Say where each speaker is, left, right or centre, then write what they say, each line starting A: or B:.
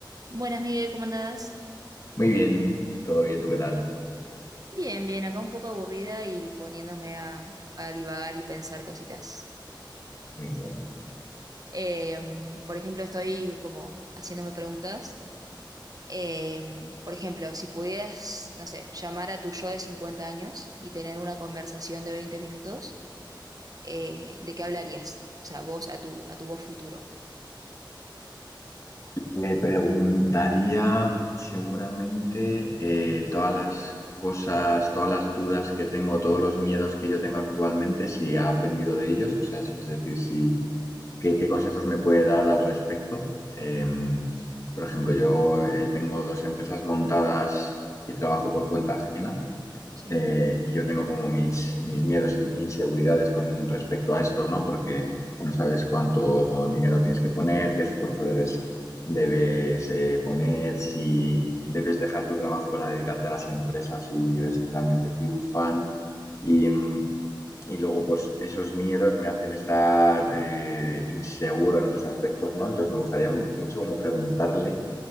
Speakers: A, on the right (about 45°); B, on the left (about 40°).
A: Buenas, Miguel, ¿cómo andás?
B: Muy bien, todo bien, ¿tú qué tal?
A: Bien, bien, acá un poco aburrida y poniéndome a, a divagar y pensar cositas.
B: Muy bien.
A: Em, por ejemplo, estoy como haciéndome preguntas. Em, por ejemplo, si pudieras, no sé, llamar a tu yo de 50 años y tener una conversación de 20 minutos, eh, ¿de qué hablarías? O sea, vos a tu, a tu vos futuro.
B: Le preguntaría seguramente eh, todas las cosas, todas las dudas que tengo, todos los miedos que yo tengo actualmente, si ha aprendido de ellos, o sea, es es decir, si, qué, qué consejos me puede dar al respecto. Em, por ejemplo, yo eh, tengo dos empresas montadas y trabajo por cuenta ajena.
A: Sí,
B: Eh, y yo tengo como mis, mis miedos e inseguridades con respecto a esto, ¿no? Porque no sabes cuánto dinero tienes que poner, qué esfuerzo debes, debes eh, poner, si debes dejar tu trabajo para dedicarte a las empresas y ver si realmente triunfan. Y, mm, y luego, pues esos miedos me hacen estar eh, inseguro en otros aspectos, ¿no? Entonces me gustaría mu- mucho como preguntarle